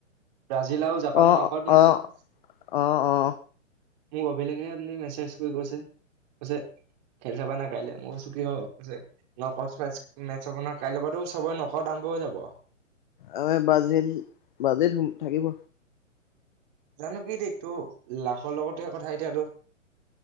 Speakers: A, on the right; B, on the left.
A: ব্ৰাজিল আৰু জাপানৰ
B: অ
A: নকল মাৰি
B: অ
A: থৈ আহিবি।
B: অ অ
A: মোক অভিলেষে আপুনি মেছেজ কৰি কৈছে কৈছে। খেল চাবা নাই কাইলে মই কৈছো কিহৰ কৈছোঁ মেটছ কাইলৈ নখৰ দাম। কৈ যাব।
B: আ বাজিল বাজিল থাকিব।
A: জানো কি থিক তোৰ লাখৰ লগতেহে কথা এতিয়া তোৰ।